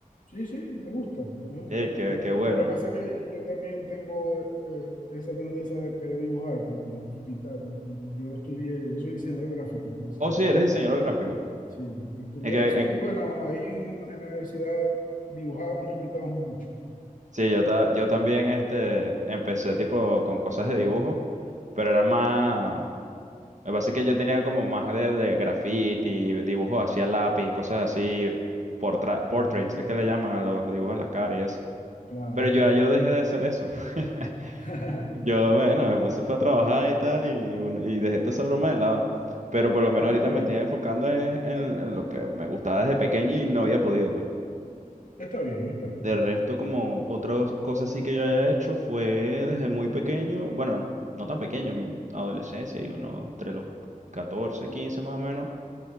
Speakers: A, on the left; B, on the right.
A: sí, sí, me gusta, me gusta.
B: Ey, qué,
A: De-
B: qué bueno.
A: lo que pasa es que yo también tengo eh, esa tendencia de querer dibujar porque, y pintar, porque yo estudié, yo soy diseñador gráfico publicitario.
B: Oh, sí, eres diseñador gráfico.
A: Sí, estudié
B: Es que,
A: eso y
B: en-
A: bueno, ahí en, en la universidad dibujábamos y pintábamos mucho.
B: sí, yo, ta- yo también este, empecé tipo con cosas de dibujo, pero era más Lo que pasa es que yo tenía como más de, de graffiti, dibujos hacia lápiz, cosas así, portra- portraits,
A: Mm,
B: es que le llaman a los dibujos en las caras y eso.
A: Claro.
B: Pero yo, yo dejé de hacer eso. <laughs>
A: <laughs>
B: Yo, bueno, me puse fue a trabajar y tal, y, un- y dejé toda esa broma de lado. Pero por lo
A: No,
B: menos ahorita
A: está
B: me
A: bien,
B: estoy enfocando es en, en lo que me gustaba desde pequeño y no había podido, pues.
A: está bien, está bien.
B: De resto, como otra cosa así que yo haya hecho fue desde muy pequeño, bueno, no tan pequeño, en mi adolescencia, y uno entre los 14 15 más o menos